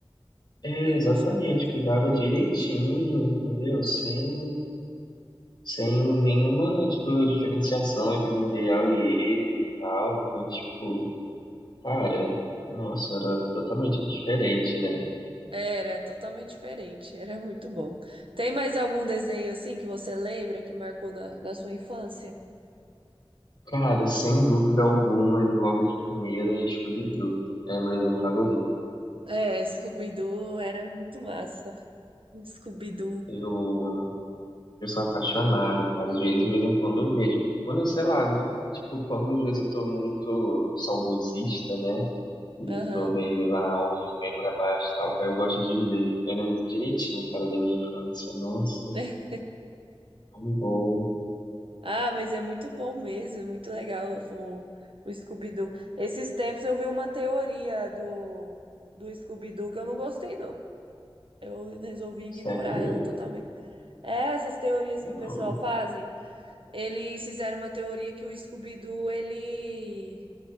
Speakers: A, on the left; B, on the right.
A: É,
B: não
A: exatamente,
B: deixava pra trás.
A: cuidava direitinho, entendeu? Sem sem nenhuma, tipo, diferenciação entre Muriel e ele e tal. Então, tipo, cara, nossa, era totalmente diferente, né?
B: Era totalmente diferente, era muito bom. Tem mais algum desenho assim que você lembra que marcou na, na sua infância?
A: Cara, sem dúvida alguma, e logo de primeira é Scooby-Doo. É meu desenho favorito.
B: É, Scooby-Doo era muito massa. Scooby-Doo.
A: Eu, eu sou apaixonado, cara. Às vezes, de vez em quando eu vejo. Quando eu, sei lá, tipo, quando às vezes eu tô muito saudosista, né? E
B: Aham.
A: eu tô meio lá hoje, meio pra baixo e tal, cara, eu gosto de ver. Eu lembro direitinho, cara, da minha infância. Nossa.
B: <laughs>
A: Um gol.
B: Ah, mas é muito bom mesmo, é muito legal o, o Scooby-Doo. Esses tempos eu vi uma teoria do, do Scooby-Doo que eu não gostei, não. Eu resolvi ignorar
A: Sério?
B: ela totalmente. É, Essas teorias
A: Não.
B: que o pessoal fazem, eles fizeram uma teoria que o Scooby-Doo, ele,